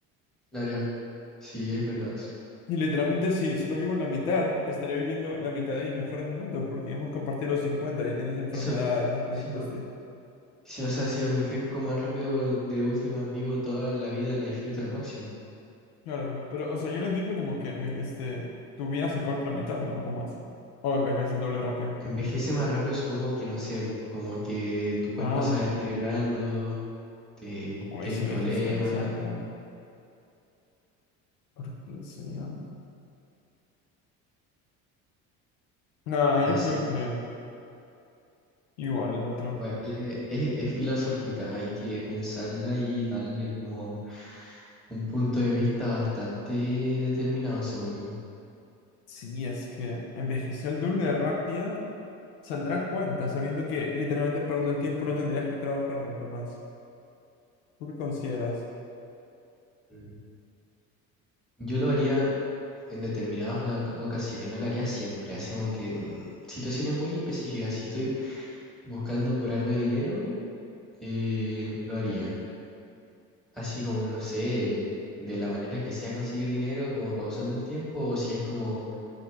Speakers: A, in the centre; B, on the left.
A: Claro, sí, es verdad eso.
B: Y literalmente si solo vivo en la mitad, estaría viviendo la mitad de mis mejores momentos, porque digamos que a partir de los 50 ya tienes enfermedades
A: Eso,
B: más predispuestas.
A: sí, po. Sí, o sea, si envejezco más rápido, de última vivo toda la vida, la disfruto al máximo.
B: Claro, pero o sea, yo no entiendo como que enve- este, tu vida se corta la mitad, ¿no? ¿O ¿Cómo es? O envejeces el doble rápido.
A: Envejece más rápido, supongo que no sé, po, como que tu cuerpo
B: Ah,
A: se va deteriorando, te,
B: hoy
A: tienes
B: sí
A: problemas,
B: me dejas pensando. ¿Por qué sería? No,
A: no
B: yo
A: sé.
B: creo que igual el otro.
A: Igual es, es- es filosófica, hay que pensarla y darle como un punto de vista bastante determinado, según yo.
B: Sí, es que envejecer el doble de rápido saldrá cuenta, sabiendo que literalmente perdiendo el tiempo no tendrías que trabajar nunca más. ¿Tú qué consideras?
A: Mm. Yo lo haría en determinadas oca- ocasiones, no lo haría siempre, así como que mm, situaciones muy específicas. Si estoy buscando por algo de dinero, eh, lo haría. Así como, no sé, de la manera que sea conseguir dinero, como pausando el tiempo, o si es como